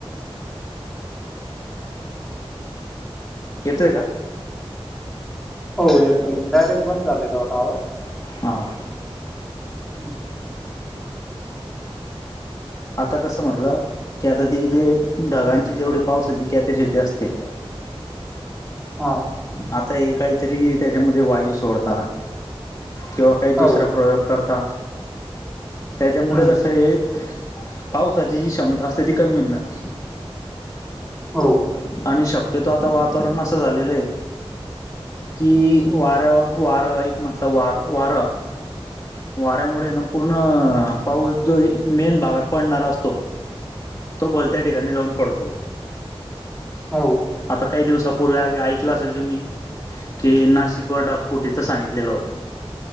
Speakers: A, on the left; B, in the centre.
A: येतोय का?
B: हो येतोय, डायरेक्ट बंद झालेला होता आवाज.
A: हा,
B: हम् ह,
A: आता कसं म्हटलं की आता जे -जे ढगांची जेवढी पावसाची कॅपॅसिटी असते,
B: हा,
A: आता हे काहीतरी त्याच्यामध्ये वायू सोडतात, किंवा काही दुसरा
B: हो
A: प्रयोग करता त्याच्यामुळे
B: हम्म
A: कसं ये पावसाची जी क्षमता असते, ती कमी होवुन जाते.
B: हो,
A: आणि शक्यतो आता वातावरण असं झालेलं आहे कि वारं- वारं एक म्हणता वार, वारा वाऱ्यामुळे ना पूर्ण पाऊस जो हे मेन भागात पडणारा असतो, तो भलत्या ठिकाणी जाऊन पडतो.
B: हो
A: आता काही दिवसापूर्वी आधी ऐकलं असेल तुम्ही. कि नाशिक वर ढगफुटीचं सांगितलेलं होत.